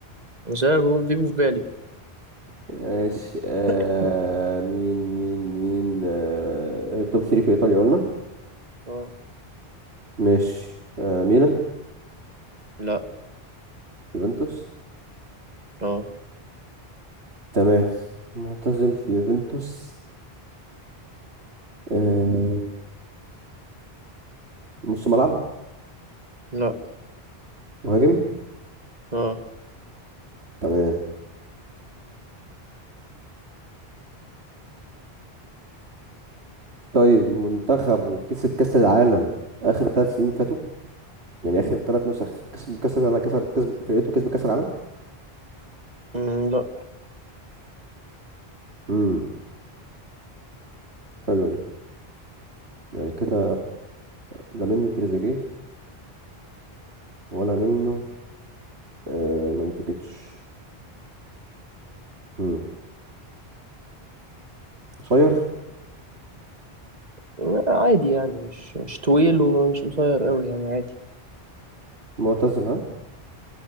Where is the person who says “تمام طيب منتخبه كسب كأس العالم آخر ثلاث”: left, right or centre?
Right